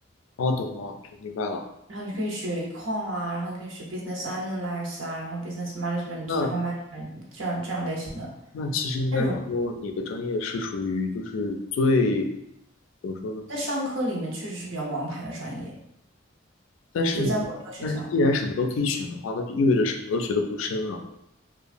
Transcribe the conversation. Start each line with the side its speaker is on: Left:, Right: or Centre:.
Left: 哦，懂了，我明白了。
Right: 然后你可以学 econ 啊，然后你可以学 business analysis 啊，然后 business management，
Left: 那。
Right: 然后 management 这样这样类型的。
Left: 那其实应该说，
Right: 但如
Left: 你的专业是属于就是最，怎么说呢？
Right: 在商科里面确实是比较王牌的专业，
Left: 但是你，
Right: 就在我那个学校，
Left: 但是既然什么都可以选的话，那就意味着什么都学的不深了。